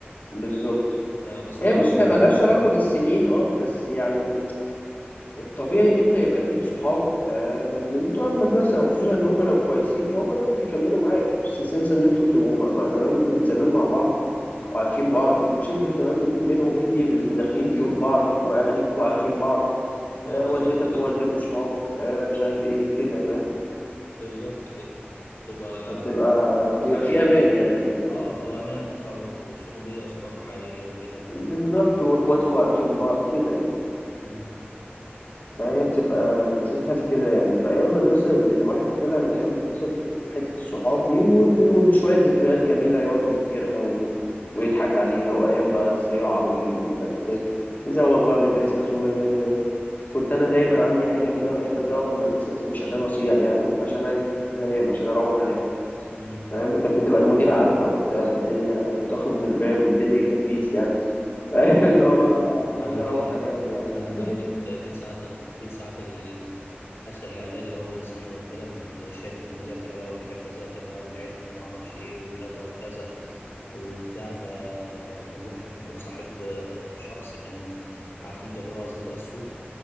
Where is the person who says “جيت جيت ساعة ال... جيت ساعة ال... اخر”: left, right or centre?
Left